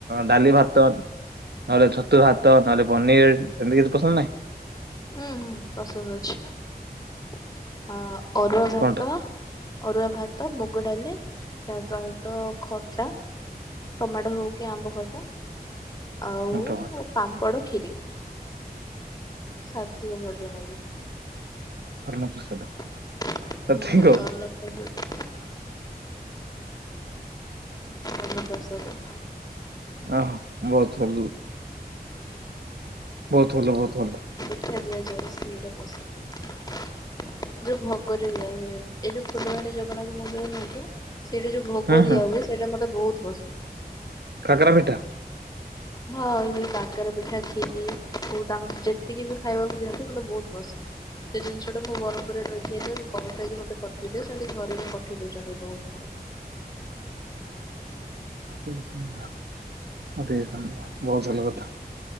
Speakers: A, on the right; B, on the left.
A: ଡାଲି ଭାତ। ନହେଲେ ଛତୁ ଭାତ ନହେଲେ ପନିର ସେମିତି କିଛି ପସନ୍ଦ ନାହିଁ।
B: ହୁଁ ହୁଁ ପସନ୍ଦ ଅଛି ନା ଅଅରୁଆ ଭାତ।
A: କଣଟା
B: ଅରୁଆ ଭାତ ମୁଗ ଡାଲି ତା ସହିତ ଖଟା। ଟମାଟୋ ହଉ କି ଆମ୍ବ ଖଟା ଆଉ
A: ଟମାଟୋ
B: ପାମ୍ପଡ ଖିରି। ସାତିକ ଭୋଜନ ଯୋଉ
A: ହରଣ
B: ହୁଁ
A: ପ୍ରସାଦ
B: ଅନ୍ନ।
A: ସତ କହୁ
B: <unintelligible> ଅନ୍ନପ୍ରସାଦ।
A: ଓୋ ମୋର ଥବୁଲୁ। ବହୁତ ଭଲ ବହୁତ ଭଲ।
B: ଦଆ ଜାଏଶ୍ରୀରାପସରା। <unintelligible> ଯୋଉ ଭଗରେ ଦିଆ ହୁଏ ଏଇ ଯୋଉ ପୁଲବାଣୀ ଜଗନ୍ନାଥ ମନ୍ଦିରରେ ନାଗେ। ସେଇଟା ଯୋଉ ଭୋଗ
A: ହଁ
B: ଦିଆ
A: ହଁ
B: ହୁଏ ସେଇଟା ମତେ ବହୁତ ପସନ୍ଦ।
A: କାକରା ପିଠା।
B: ହ କାକରାପିଠା କ୍ଷୀରି ତାଙ୍କ ଯେତିକି ବି ଖାଇବାକୁ ଦିଅନ୍ତି ମତେ ବହୁତ ପସନ୍ଦ। ସେ ଜିନିଷ ଟା ମୁ ବରର୍ମ ପୁରୁ ରେ ରହିଛି ଆଇ କଲଥାଇକି ମତେ ପଠେଇଦିଅ ସେମିତି ଘରେ ବି ପଠେଇ ଦେଇଛନ୍ତି ବହୁତ ଥର।
A: ଷ୍ଟେସନବହୁତ ଭଲ କଥା।